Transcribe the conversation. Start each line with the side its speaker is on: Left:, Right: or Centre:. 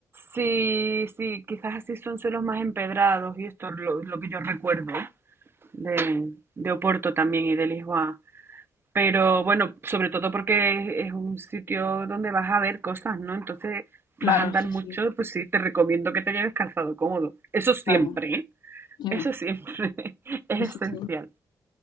Right: Sí, sí, quizás así son suelos más empedrados y esto es lo, lo que yo recuerdo de, de Oporto también y de Lisboa. Pero bueno, sobre todo porque es un sitio donde vas a ver cosas, ¿no? Entonces vas
Left: Claro,
Right: a andar
Left: sí,
Right: mucho,
Left: sí,
Right: pues sí, te recomiendo que te lleves calzado cómodo. Eso siempre,
Left: claro.
Right: ¿eh?
Left: Sí,
Right: Eso siempre <laughs> es
Left: sí, sí,
Right: esencial.
Left: sí.